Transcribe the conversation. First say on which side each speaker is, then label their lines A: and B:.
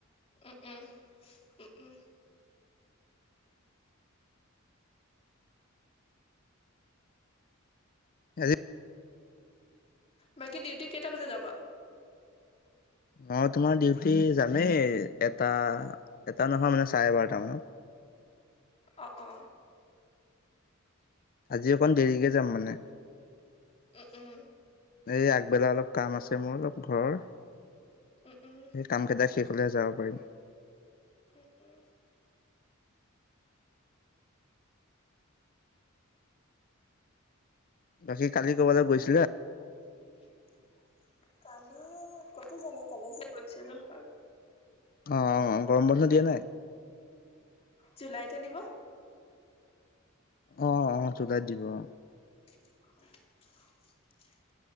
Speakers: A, on the left; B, on the left.
A: উম - উম - উম - উম।
B: আজি
A: বাকী ডিউটি কেইটা বজাত যাবা?
B: অ, তোমাৰ ডিউটি যামেই। এটা এটা নহয় মানে চাৰে বাৰটা মানত।
A: অ-অ।
B: আজি অকণ দেৰিকে যাম মানে।
A: উম-উম।
B: এই আগবেলা অলপ কাম আছে মোৰ অলপ ঘৰৰ।
A: উম উম
B: সেই কাম কেইটা শেষ কৰিলে যাব পাৰিম।
A: উম -উম।
B: বাকী কালি ক'বালৈ গৈছি
A: <inaudible> কালি কতো যোৱা নাই। <unintelligible> কালি কৈছিলো, হয়।
B: অ, গৰম বন্ধ দিয়া নাই?
A: জুলাইতহে দিব।
B: অ অ জুলাইত দিব, অ।
A: <inaudible>